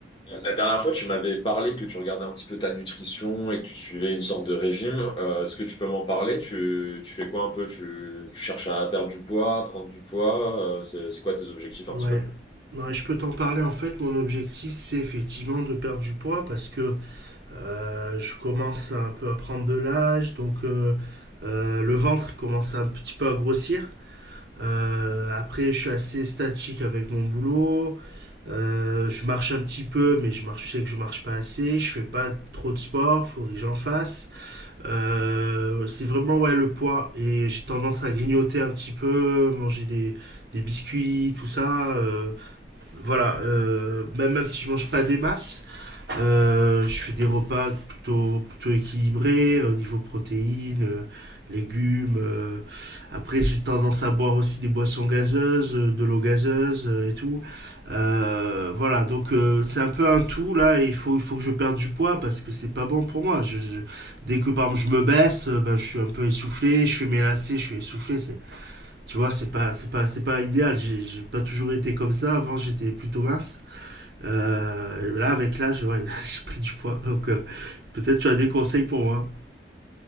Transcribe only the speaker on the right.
Ouais.
Ouais, je peux t'en parler. En fait, mon objectif, c'est effectivement de perdre du poids parce que euh, je commence un peu à prendre de l'âge, donc euh, euh, le ventre commence un petit peu à grossir. Euh, après, je suis assez statique avec mon boulot. Euh, je marche un petit peu, mais je marche, je sais que je marche pas assez. Je fais pas trop de sport, faudrait que j'en fasse. Euh, c'est vraiment ouais le poids et j'ai tendance à grignoter un petit peu, manger des, des biscuits, tout ça. Euh, voilà, euh, même, même si je mange pas des masses, euh, je fais des repas plutôt, plutôt équilibrés au niveau protéines, euh, légumes. euh, après, j'ai tendance à boire aussi des boissons gazeuses, euh, de l'eau gazeuse euh, et tout. Euh, voilà, donc euh, c'est un peu un tout là. Et il faut, il faut que je perde du poids parce que c'est pas bon pour moi. Je, je- dès que par exemple je me baisse, euh, ben, je suis un peu essoufflé, je fais mes lacets, je suis essoufflé. C'est tu vois, c'est pas, c'est pas, c'est pas idéal. J'ai j'ai pas toujours été comme ça. Avant, j'étais plutôt mince. Euh, là, avec l'âge, ouais, <laughs> j'ai pris du poids. Donc, euh, peut-être tu as des conseils pour moi.